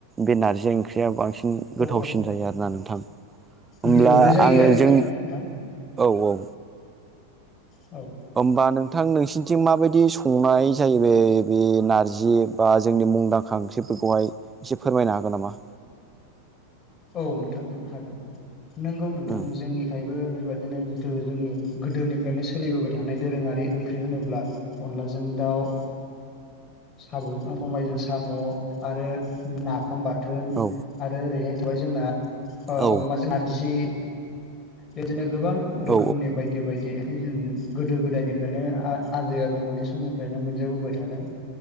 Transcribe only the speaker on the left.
औ
मिलौदो जायो
आरोना
माने नोंथां
औ।
औ नोंथां हागोन नोंगौ नोंथां
जोंनिफ्रायबो बेबा बिदिनो जिथु जोंनि गोदोनिफ्रायनो सोलिबोबाय थानाय दोरोङारि ओंख्रि होनोब्ला अनलाजों दाउ साम' खाइजों साम' आरो नाफाम बाथोन
आरो ओरैहाय थाबाय जोंना ओ
अमाजों नारजि बिदिनो गोबां रोखोमनि
बायदि बायदि <unintelligible> जों गोदो गोदायनिफ्रायनो आ-आजै आजौमोनै समनिफ्रायनो मोनजाबोबाय थादों।